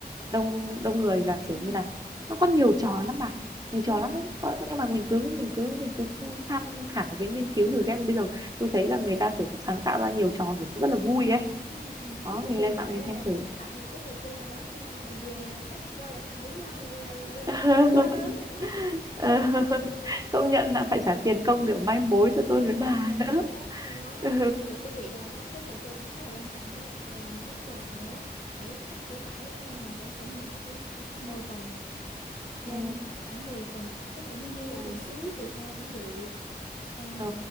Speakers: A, on the right; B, on the left.
A: đông đông người giả sử
B: Ừ.
A: như là nó có nhiều trò lắm bà nhiều
B: Đúng
A: trò lắm
B: rồi.
A: ấy. Có, có- nhưng mà mình cứ mình cứ mình cứ tham khảo với nghiên cứu thử xem bây giờ tôi thấy là người ta kiểu cũng sáng tạo ra nhiều trò kiểu cũng rất là vui ấy
B: Ừ, ừ.
A: đó
B: Cô
A: mình
B: trường
A: lên
B: có
A: mạng
B: thể
A: mình
B: là
A: xem thử
B: tạo một cái trò chơi nào đó khi nào mà về là các cặp đôi lại thành với nhau là, là gọi là
A: <laughs>
B: câu quá lớn rồi đúng không?
A: Ờ, <laughs> công nhận là phải trả tiền công kiểu mai mối cho tôi
B: Đúng
A: với
B: rồi,
A: bà
B: mai
A: nữa
B: mối đó,
A: <laughs>
B: mai mối đó.
A: ừ.
B: Rồi Về cái việc là sắp xếp trò chơi cũng khá là quan trọng ấy. Rồi những món quà nữa, phải chắc cũng phải ờ, mình phải chuẩn bị chắc cũng khoảng 10 phần nhỉ? nên
A: Ừ.
B: khoảng 10 phần có thể dư dư được
A: Ừ.
B: tí xíu trừ hao cũng được ờ,
A: Ờ,